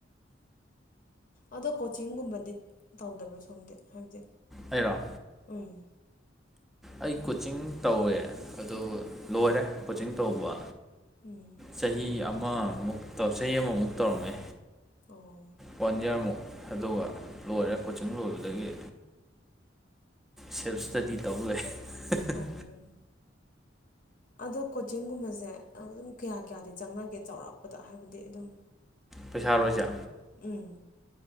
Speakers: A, on the left; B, in the centre.
A: ꯑꯗꯣ ꯀꯣꯆꯤꯡꯒꯨꯝꯕꯗꯤ ꯇꯧꯗꯕ꯭ꯔꯣ ꯁꯣꯝꯗꯤ ꯍꯥꯏꯕꯗꯤ
B: ꯑꯩꯔꯣ
A: ꯎꯝ
B: ꯑꯩ ꯀꯣꯆꯤꯡ ꯇꯧꯋꯦ ꯑꯗꯨ ꯂꯣꯏꯔꯦ ꯀꯣꯆꯤꯡ ꯇꯧꯕ
A: ꯎꯝ
B: ꯆꯍꯤ ꯑꯃꯃꯨꯛ ꯇꯧ ꯆꯍꯤ ꯑꯃꯃꯨꯛ ꯇꯧꯔꯝꯃꯦ
A: ꯑꯣ
B: ꯋꯥꯟ ꯌꯔꯃꯨꯛ ꯑꯗꯨꯒ ꯂꯣꯏꯔꯦ ꯀꯣꯆꯤꯡ ꯂꯣꯏꯕꯗꯒꯤ ꯁꯦꯜꯞ ꯏꯁꯇꯗꯤ ꯇꯧ ꯂꯩ <unintelligible>
A: ꯑꯣ ꯑꯗꯣ ꯀꯣꯆꯤꯡꯒꯨꯝꯕꯁꯦ ꯑꯗꯨꯝ ꯀꯌꯥ ꯀꯌꯥꯗꯤ ꯆꯪꯅꯒꯦ ꯆꯥꯎꯔꯥꯛꯄꯗ ꯍꯥꯏꯕꯗꯤ ꯑꯗꯨꯝ
B: ꯄꯩꯁꯥꯔ‌ꯣ ꯍꯥꯏꯁ‌ꯦ
A: ꯀꯝ ꯎꯝ